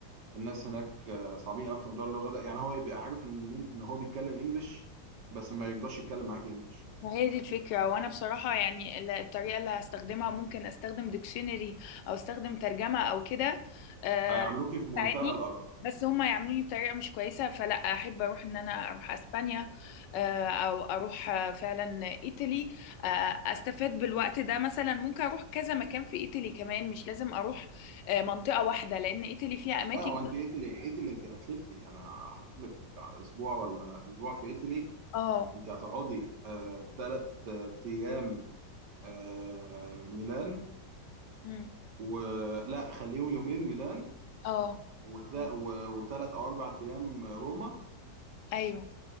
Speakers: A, on the right (about 75°); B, on the left (about 85°).
A: الناس هناك آه، صعبين قوي في موضوع اللغه ده يعني هو يبقى عارف ان ان هو بيتكلم انجلش بس ما يقدرش يتكلم معاك انجلش
B: ما هي دي الفكرة وانا بصراحة يعني ال- الطريقة اللي هستخدمها ممكن استخدم ديكشنري او استخدم ترجمة او كده آه،
A: هيعاملوكي في منتهى
B: تساعدني
A: القرف
B: بس هما يعملوني بطريقة مش كويسة فلا احب اروح ان انا اروح اسبانيا آه، او اروح آه، فعلا ايطالي آه، استفاد بالوقت ده مثلا ممكن اروح كذا مكان في ايطالي كمان مش لازم اروح آه، منطقة واحدة لان ايطالي فيها اماكن
A: لا هو انت ايطالي ايطالي انت هتلفي انا حاطط لك اسبوع ولا اسبوع في ايطالي
B: اه
A: انت هتقعدي آه تلات آه، ايام آه ميلان
B: مم.
A: ولا خليهم يومين ميلان
B: اه
A: وتلا... و... وثلاث او اربع ايام روما
B: ايوه